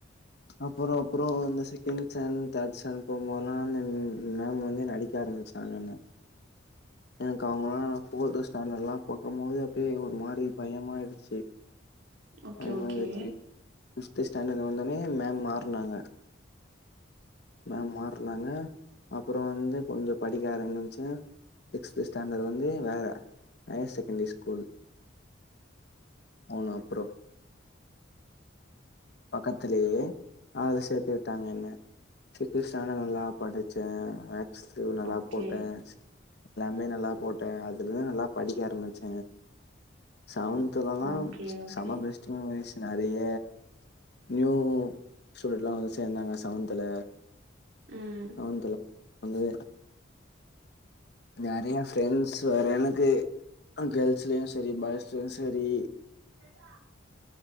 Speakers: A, on the left; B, on the right.
A: அப்பறோ அப்புறோ இந்த செகண்ட் ஸ்டாண்ட் தேர்ட் ஸ்டாண்ட் போபோதெல்லா மேம் மேம் வந்து அடிக்க ஆரம்பிச்சி <unintelligible> எனக்கு அவங்க ஃபோர்த்து ஸ்டாண்டர்ட்ல்லா பாக்கும் போது அப்டியே ஒரு மாரி பயமாயிடுச்சு
B: ஓகே
A: பயமாயிருச்சு
B: ஓகே
A: பிஃப்த்து ஸ்டேன்டட் வந்தன்னே மேம் மார்னாங்க மேம் மாறனாங்க அப்றோ வந்து கொஞ்ச படிக்க ஆரம்பிச்ச சிக்ஸ்த் ஸ்டாண்டர்ட் வந்து வேற ஹையர் செகண்டரி ஸ்கூல் அவுன அப்பறோ பக்கத்துலயே ஆள் சேத்து விட்டாங்க என்ன சிக்ஸ்த் ஸ்டாண்டர்ட் நல்லா படிச்ச மேக்ஸ்லயூ நல்லா
B: ஓகே
A: போட்ட எல்லாமே நல்லா போட்ட அதுல தா நல்லா படிக்க ஆரம்பிச்ச சவுன் த்துலலா
B: ஓகே ஓகே
A: செம பெஸ்ட் மெமரீஸ் நறைய நியூ ஸ்டூடெண்ட்லா வந்து சேந்தாங்க செவன்த்துல
B: ம்
A: லவன்த்துல வந்து நெறையா ஃப்ரெண்ட்ஸ் வேற எனக்கு கேர்ள்ஸ்லயு செரி பாய்ஸ்லயு செரி
B: கதா